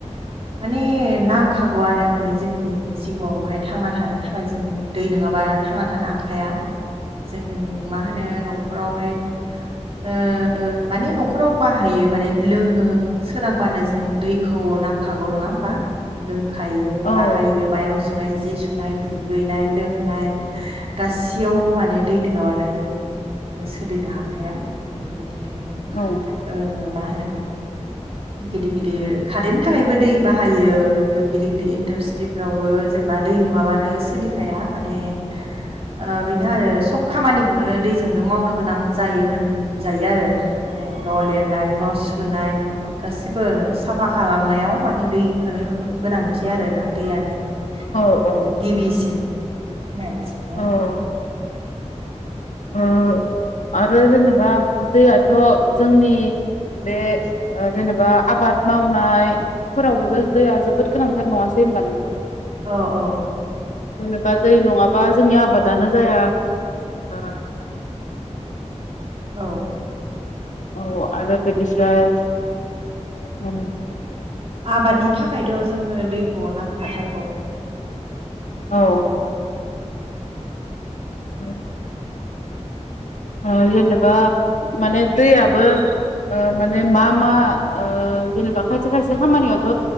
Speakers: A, on the right; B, on the left.
A: माने नां खागौआनो माने जोंनि जिउआवहाय थांना थानो थाखाय जों दै नोङाबा थांना थानो हाखाया। जों मा होनो न'ख खरावहाय ओ माने न' खराव बाहायो माने लोङो सोरांबानो जों दैखौ नांखागौ नङा होमबा लों खायो
B: औ
A: बाहायो माइरं सु सुनाय जि सुनाय दुगैनाय लोंनाय गासैयावबो माने दै नोङाबानो सोलिनो हाखाया। ओम बिदिनो ओ
B: औ
A: मा होनो गिदिर गिदिर खारेननि थाखायबो दै बाहायो गिदिर गिदिर इन्डासट्रिफोरावबो जेनेबा दै नङाबानो सोलिखाया माने ओ बेनो आरो सब खामानिखौनो दैजोंनो मावनो गोनां जायो होनजायो आरो। न' लिरनाय न' सुनाय न' गासिबोनो आरो साफा खालामनायाव माने दैखोनो गोनांथि आरोना दैयानो।
B: औ
A: माने गिबिसिन होननानै सानो
B: औ
A: आङो
B: ओ आरो जेनेबा दैयाथ' जोंनि बे जेनेबा आबाद मावनायफोरावबोथ' दैया जोबोद गोनांथार नङासै होनबा नोंथां।
A: औ औ
B: जेनेबा दै नङाबा जोंनि आबादानो जाया। ओ
A: औ
B: औ आरो बेनिफ्राइ उम
A: आबादनि थाखायथ जोंनो दैखौ नांखाथारगौ।
B: औ उम। ओह जेनेबा माने दैयाबो माने मा मा? ओह जेनेबा खायसे खायसे खामानियावथ